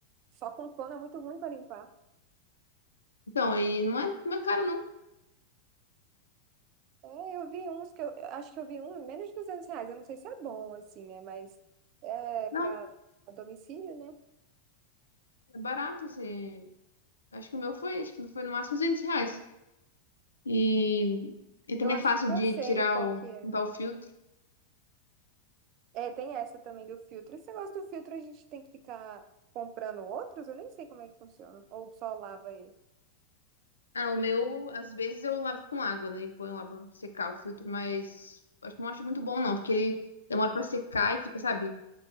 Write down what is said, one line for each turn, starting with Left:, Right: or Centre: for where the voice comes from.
Right: Só com pano é muito ruim pra limpar.
Left: Então, aí não é, não é caro, não.
Right: É, eu vi uns que eu, eu acho que eu vi um, menos de 200 reais. Eu não sei se é bom, assim, né? Mas é
Left: Não,
Right: pra domicílio, né?
Left: é barato, assim. Acho que o meu foi, acho que foi no máximo 200 reais. E, e também
Right: Eu acho
Left: é fácil
Right: que
Left: de
Right: eu sei
Left: tirar
Right: qual
Left: o,
Right: que é.
Left: limpar o filtro.
Right: É, tem essa também do filtro. Esse negócio do filtro a gente tem que ficar comprando outros? Eu nem sei como é que funciona. Ou só lava ele.
Left: Ah, o meu, às vezes eu lavo com água, né? E ponho lá pra secar o filtro, mas acho, não acho muito bom, não, porque ele demora pra secar e fica, sabe?